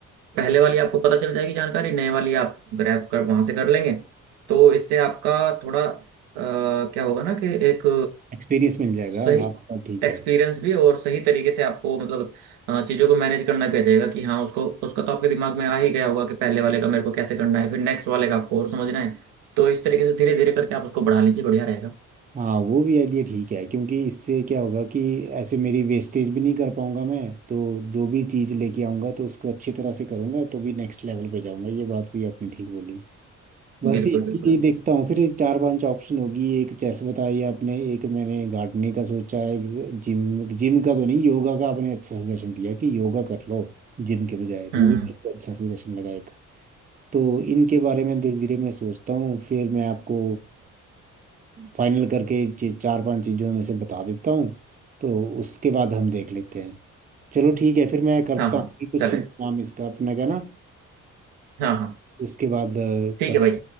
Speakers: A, on the right; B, on the right.
A: पहले वाली आपको पता चल जाएगी जानकारी नए वाली आप ग्रैब कर वहां से कर लेंगे तो इससे आपका थोड़ा अ, क्या होगा ना कि एक
B: एक्सपीरियंस मिल जाएगा
A: सही
B: आपका ठीक
A: एक्सपीरियंस
B: है
A: भी और सही तरीके से आपको मतलब अ, चीज़ों को मैनेज करना भी आ जाएगा कि हाँ उसको उसका तो आपके दिमाग में आ ही गया होगा कि पहले वाले का मेरे को कैसे करना है फिर नेक्स्ट वाले का आपको और समझना है तो इस तरीके से धीरे धीरे करके आप उसको बढ़ा लीजिए बढ़िया रहेगा
B: हाँ वो भी आइडिया ठीक है क्योंकि इससे क्या होगा कि ऐसे मेरी वेस्टेज भी नहीं कर पाऊंगा मैं तो जो भी चीज़ लेके आऊंगा तो उसको अच्छी तरह से करूंगा तो भी नेक्स्ट लेवल पे जाऊंगा ये बात भी आपने ठीक बोली बस
A: बिल्कुल
B: ये है
A: बिल्कुल
B: कि ये
A: बिल्कुल
B: देखता हूँ फिर ये चार पांच ऑप्शन होगी एक चेस बताई आपने एक मैंने गार्डनिंग का सोचा है जिम जिम का तो नहीं योगा का आपने अच्छा सजेशन दिया कि योगा कर लो जिम के बजाय
A: हम्म
B: वो भी मेरे को अच्छा सजेशन लगा तो इनके बारे में धीरे धीरे मैं सोचता हूँ फिर मैं आपको फाइनल करके चे- चार पांच चीज़ों में से बता देता हूँ तो उसके बाद हम देख लेते हैं चलो ठीक है फिर मैं करता
A: हाँ हाँ
B: हूँ कि कुछ
A: चलेगा
B: काम इसका अपने का ना
A: हाँ हाँ
B: उसके बाद अ,
A: ठीक
B: कर
A: है भाई